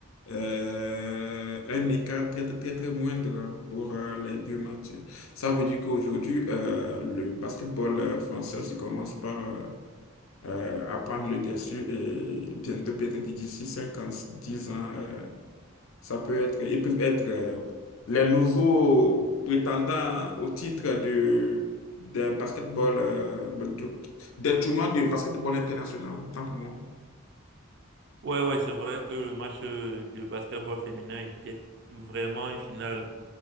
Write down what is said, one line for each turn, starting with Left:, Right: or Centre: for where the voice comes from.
Left: euh, un écart très, très, très, très moindre pour euh, les deux matchs. Ça veut dire qu'aujourd'hui, euh, le basketball euh, français se commence par euh, euh, à prendre le dessus et bientôt, peut-être d'ici 5 ans, 10 ans. euh, ça peut être, ils peuvent être euh, les nouveaux prétendants au titre de, de basketball, euh, de- des tournois de basketball international, autant pour moi.
Right: Ouais, ouais, c'est vrai que le match euh, de basketball féminin était vraiment une finale